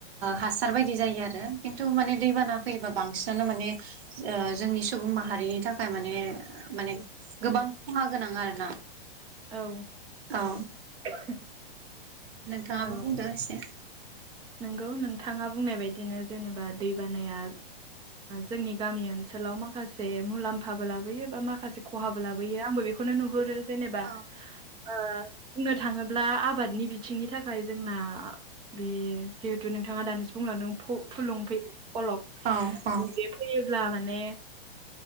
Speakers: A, on the right; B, on the right.
A: हासार बायदि जायो आरो खिन्थु माने दैबाना फैयोबा बांसिनानो माने। जोंनि सुबुं माहारिनि थाखाय माने माने गोबां खहा गोनां आरोना
B: औ
A: औ
B: <unintelligible>
A: नोंथाङाबो
B: औ
A: बुंदो एसे
B: नोंगौ नोंथाङा बुंनाय बायदिनो जेनेबा दै बानाया जोंनि गामि ओनसोलाव माखासे मुलाम्फाबो लाबोयो बा माखासे खहाबो लाबोयो आंबो बेखौनो नुहुरो जेनेबा
A: औ
B: ओ बुंनो थाङोब्ला आबादनि बिथिंनि थाखाय जोंना बे जिहेतु नोंथाङा दानिसो बुंलांदों फु फुलुं फैयो फ'लब
A: नंगौ
B: जि बे फैयोब्ला माने